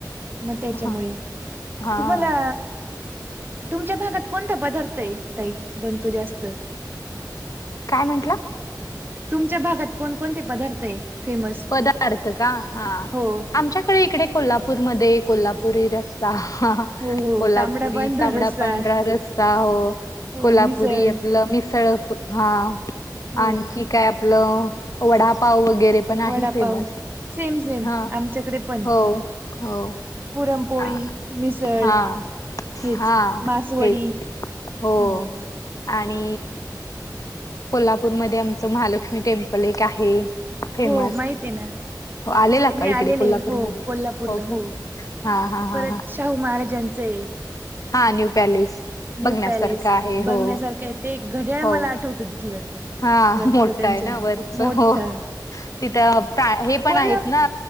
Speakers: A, on the right (about 30°); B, on the left (about 50°).
A: म त्याच्यामुळे
B: हां, हां.
A: तुम्हाला. तुमच्या भागात कोणता पदार्थ आहे. ताई बनतो जास्त
B: काय म्हंटला.
A: तुमच्या भागात कोण, कोणते पदार्थ आहे? फेमस
B: पदार्थ का हा
A: हो
B: आमच्यात आमच्या इकडे कोल्हापूर मध्ये कोल्हापूरी रस्सा
A: हो हो
B: कोल्हापुरी
A: तांबडा पांढरा
B: तांबडा,
A: रस्सा
B: पांढरा रस्सा हो.
A: हो
B: कोल्हापुरी
A: मिसळ
B: आपलं मिसळ हा,
A: हो
B: आणखी काय आपलं वडापाव वगैरे पण आहे
A: वडापाव
B: फेमस
A: सेम सेम
B: हा,
A: आमच्याकडे पण
B: हो, हो.
A: पुरणपोळी
B: अ,
A: मिसळ
B: हा,
A: हेच
B: हा
A: मासवडी
B: हेच. हो
A: हम्म
B: आणि कोल्हापूर मध्ये आमचं महालक्ष्मी टेम्पल एक आहे. फेमस
A: हो माहित हायना.
B: आलेला का
A: मी
B: इकडे
A: आलेले
B: कोल्हापूरमध्ये
A: हो कोल्हापूरला
B: का
A: हो
B: हा हा हा
A: परत
B: हा
A: शाहू महाराजांचय
B: हा न्यू पॅलेस.
A: न्यू
B: बघण्यासारखं
A: पॅलेस
B: आहे
A: बघण्यासारखं
B: हो
A: आहे ते घड्याळ
B: हो
A: मला आठवत तिथलं.
B: हा
A: वरच
B: मोठं
A: त्यांच्या
B: हाय ना वरच
A: मोठ
B: हो तिथं प्रा हे पण
A: कोल्हा
B: आहेत ना